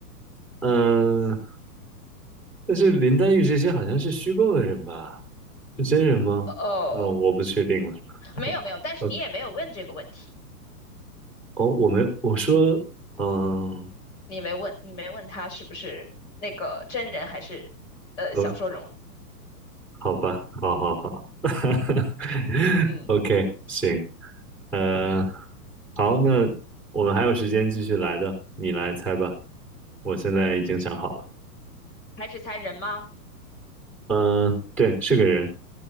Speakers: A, in the centre; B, on the left.
A: 嗯，但是林黛玉这些好像是虚构的人吧？是真人吗？
B: 哦，
A: 哦，我不确定了。
B: 没有没有，
A: 哦，OK，
B: 但是你也没有问这个问题，
A: 哦，我没，我说，嗯，
B: 你没问，你没问他是不是那个真人还是呃小说中，
A: 哦，好吧，好好好 <laughs>
B: 嗯，
A: ，OK，行，呃，好，那我们还有时间继续来的，你来猜吧。我现在已经想好了，
B: 还是才人吗？
A: 嗯，对，是个人，